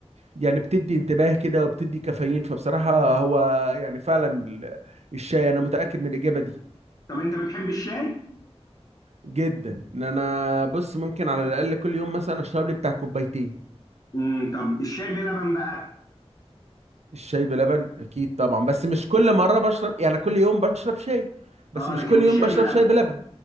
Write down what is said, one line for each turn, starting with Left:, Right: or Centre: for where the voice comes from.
Right: يعني بتدي انتباه كده وبتدي كافيين فبصراحة هو يعني فعلا ال- الشاي انا متأكد من الإجابة دي
Left: طب أنت بتحب الشاي؟
Right: جدا ان انا بص ممكن على الأقل كل يوم مثلا اشرب لي بتاع كوبايتين
Left: امم طب الشاي بلبن بقى
Right: الشاي بلبن اكيد طبعا بس مش كل مرة بشرب يعني كل يوم بشرب شاي بس
Left: أه
Right: مش
Left: لكن
Right: كل
Left: مش
Right: يوم
Left: شاي
Right: بشرب
Left: بلبن
Right: شاي بلبن